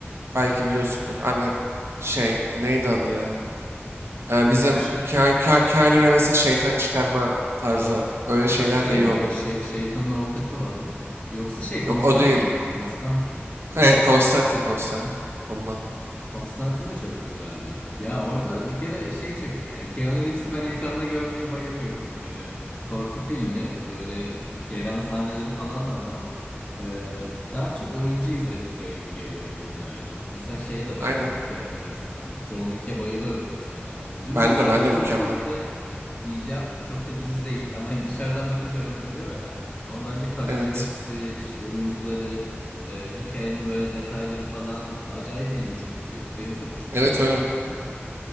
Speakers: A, on the right; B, on the left.
A: belki biliyorsundur. Abi şey neydi adı ya? Ee,
B: Nasıl
A: bizim
B: bir şey?
A: Ke- Ke- Keanu Reeves'in şeytan çıkarma tarzı öyle
B: Ha
A: şeyler
B: şey
A: de iyi
B: mi?
A: oluyor.
B: Şey, şeytanın avukatı var o mu? Yoksa şey Konstantin,
A: Yok o değil.
B: Konstantin.
A: Evet Konstantin Konstantin.
B: Hı?
A: Ondan.
B: Konstantin de çok güzeldi. Ya orada bir kere şey çok iyi. Ya Keanu Reeves'i ben ekranda görmeye bayılıyorum. Hani korku filmi böyle geren sahneleri falan da var ama e, daha çok oyuncu izlettiriyor gibi geliyor o filmlerde. Mesela şeye de bayılırım
A: Aynen.
B: Keanu Reeves'ten. John Wick'e bayılıyorum mesela. Hani dümdüz
A: Ben
B: aksiyon
A: de ben de mükemmel.
B: filmi diyeceğim. Çok da düz değil ama hani dışarıdan bakınca öyle duruyor ya. Ama bence koreografisi
A: Evet.
B: işte oyuncuları ee, hikayenin böyle detayları falan acayip ilgi çekici. Benim çok hoşuma
A: Evet
B: gidiyor
A: öyle.
B: izlemesi.